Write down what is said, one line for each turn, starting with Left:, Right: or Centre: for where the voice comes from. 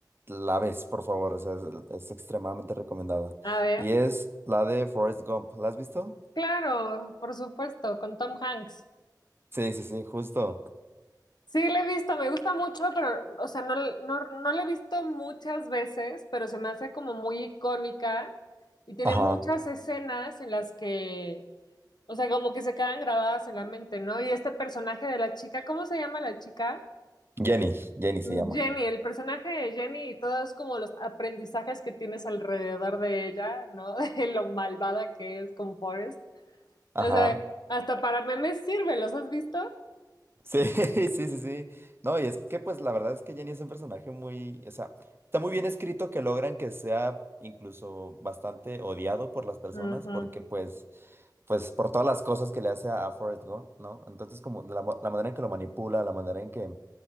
Right: la ves, por favor, o sea, es, es extremadamente recomendada.
Left: A ver,
Right: Y es la de Forrest Gump. ¿La has visto?
Left: claro, por supuesto, con Tom Hanks.
Right: Sí, sí, sí, justo.
Left: Sí, le he visto, me gusta mucho, pero, o sea, no, no, no le he visto muchas veces, pero se me hace como muy icónica y tiene
Right: Ajá.
Left: muchas escenas en las que, o sea, como que se quedan grabadas en la mente, ¿no? Y este personaje de la chica, ¿cómo se llama la chica?
Right: Jenny, Jenny
Left: Mm,
Right: se llama.
Left: Jenny, el personaje de Jenny y todos como los aprendizajes que tienes alrededor de ella, ¿no? <laughs> De lo malvada que es con Forrest.
Right: Ajá.
Left: O sea, hasta para memes sirve, ¿los has visto?
Right: Sí, <laughs> sí, sí, sí. No, y es que pues la verdad es que Jenny es un personaje muy, o sea, está muy bien escrito que logran que sea incluso bastante odiado por las personas
Left: Ujú.
Right: porque pues, pues por todas las cosas que le hace a, a Forrest Gump, ¿no? Entonces como la, mo- la manera en que lo manipula, la manera en que